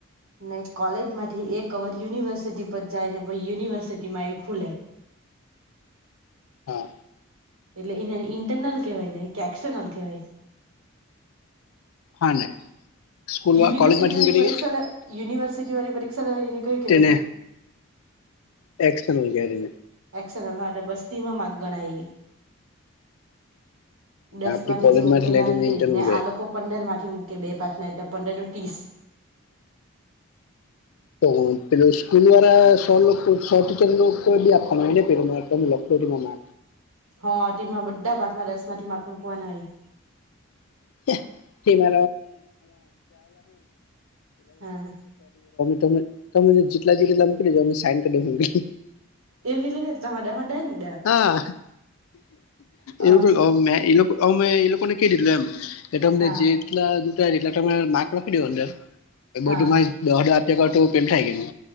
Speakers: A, on the right; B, on the left.
A: ન કોલેજ માંથી એક કવર યુનિવર્સિટી પછ જાય ને પછ યુનિવર્સિટી માં એ ખુલે
B: હા.
A: એટલે એને ઇન્ટરનલ કેહેવાય ને કે એક્સટર્નલ કેહેવાય.
B: હા ને. સ્કૂલ
A: યુનિવર્સિટી
B: કોલેજ માંથી
A: વાળી
B: નીકળી
A: પરીક્ષા
B: ગઈ
A: યુનિવર્સિટી વાળી પરીક્ષા લેવાને અને કઈ કેવાય.
B: તેને એક્સટર્નલ ગેરીને.
A: એક્ટર્નલ હા બસ્તીમાં માગ ગણાય દસ
B: આપડી
A: માંથી
B: કોલેજ
A: જે મૂકેલા
B: લઈને
A: હોય તે
B: ઇન્ટરનલ
A: ને
B: ગેરી
A: આ લોકો પંદર માંથી મૂકી બે પાચ ના એટલે પંદર નું ત્રીસ.
B: તો પેલુ સ્કૂલ વાળા સર લોકો, સર ટીચર લોકો નું કોડ બી આપવા ન હોય?
A: હ, તેમાં બધા ભાતમાં દસ માંથી માર્ક મૂકવા ના હોય.
B: <unintelligible> <inaudible> તો અમે
A: હા
B: તમે તમે જેટલા જેટલા મુકી દેજો અમે સાઈન કરીક.
A: એવી <unintelligible> <inaudible>
B: હા
A: હા
B: એવું મે લવ મેં એ લોકોને કઈ દીધું એમ. કે તમને
A: હા
B: જેટલા એટલા તમે માર્ક લખી દો, અંદર બધુંમાં.
A: હા
B: દસ હજાર ટકા તો પેન થાય ગયું,